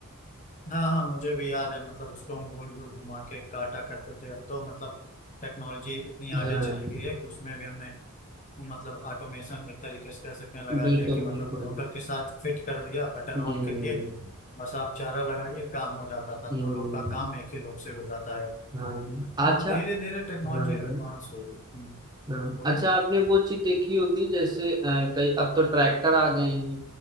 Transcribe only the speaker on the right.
हाँ
बिल्कुल
बिल्कुल
हम्म
हम्म
हाँ
अच्छा
हाँ हाँ
हाँ
अच्छा आपने वो चीज देखी होगी जैसे अ, कई अब तो ट्रैक्टर आ गए हैं